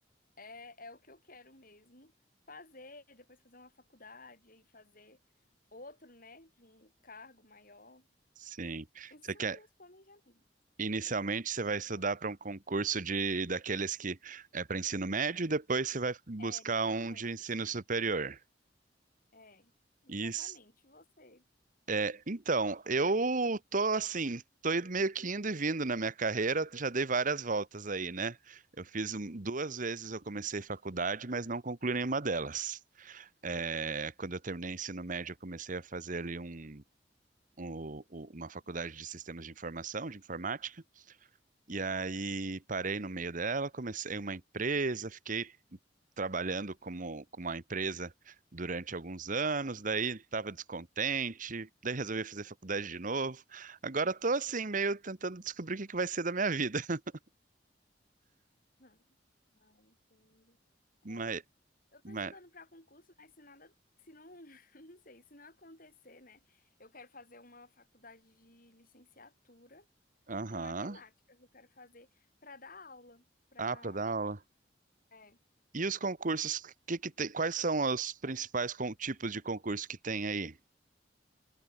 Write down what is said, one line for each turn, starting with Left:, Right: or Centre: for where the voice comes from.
Left: é, é o que eu quero mesmo fazer, depois fazer uma faculdade e fazer outro, né, de um cargo maior.
Right: Sim.
Left: Esses
Right: Você
Left: são
Right: quer,
Left: os meus planejamentos
Right: inicialmente você
Left: por
Right: vai
Left: agora.
Right: estudar para um concurso de daqueles que é para ensino médio e depois você vai buscar
Left: É, nível
Right: um
Left: médio,
Right: de ensino
Left: sim.
Right: superior.
Left: É, exatamente
Right: Isso.
Left: você.
Right: É, então, eu tô assim, tô indo- meio que indo e vindo na minha carreira, já dei várias voltas aí, né? Eu fiz um- duas vezes
Left: <laughs>
Right: eu comecei faculdade, mas não concluí nenhuma delas. É, quando eu terminei ensino médio, eu comecei a fazer ali um, um- um- uma faculdade de sistemas de informação, de informática, e aí parei no meio dela, comecei uma empresa, fiquei trabalhando como, com uma empresa durante alguns anos, daí estava descontente, daí resolvi fazer faculdade de novo. Agora estou assim, meio tentando descobrir o que que vai ser da minha vida. <laughs>
Left: Ah, ah, entendo. É,
Right: Mas,
Left: eu tô
Right: mas,
Left: estudando para concurso, mas se nada, se não, <laughs> não sei, se não acontecer, né? Eu quero fazer uma faculdade de licenciatura
Right: aham.
Left: em matemática, que eu quero fazer para dar aula, para,
Right: Ah, para dar aula.
Left: é,
Right: E os concursos, que que tem, quais são os principais con- tipos de concurso que tem aí?